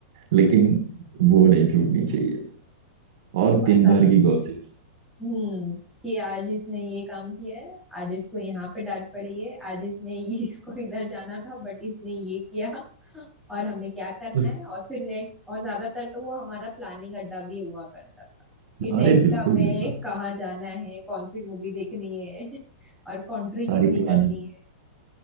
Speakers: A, on the right (about 60°); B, in the centre.
A: लेकिन वो नहीं छूटनी चाहिए और दिन
B: और सब
A: भर की गॉसिप
B: हम्म कि आज इसने ये काम किया है आज इसको यहाँ पे डांट पड़ी है आज इसने <laughs> ये- इसको इधर जाना था बट इसने ये किया <laughs> और हमें क्या करना
A: <laughs>
B: है और फिर नेक्स्ट और ज्यादातर तो वो हमारा प्लानिंग अड्डा भी हुआ करता था कि नेक्स्ट
A: अरे बिल्कुल
B: हमें
A: बिल्कुल
B: कहाँ जाना है कौन सी मूवी देखनी है <laughs> और कंट्री कितनी
A: सारी पुरानी
B: करनी
A: <laughs>
B: है